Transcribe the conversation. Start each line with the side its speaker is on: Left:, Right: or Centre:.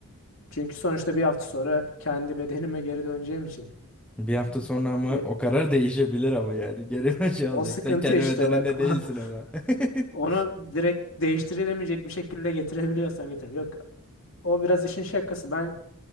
Left: Çünkü sonuçta bir hafta sonra kendi bedenime geri döneceğim için
Centre: Bir hafta sonra ama
Left: bir
Centre: o karar değişebilir ama yani. <laughs> Geri bir şey alacak.
Left: o sıkıntı
Centre: Sen kendi
Left: işte
Centre: bedeninde
Left: bak.
Centre: değilsin
Left: <laughs>
Centre: ama. <laughs>
Left: Onu direkt değiştirilemeyecek bir şekilde getirebiliyorsam getireyim. Yok o biraz işin şakası. Ben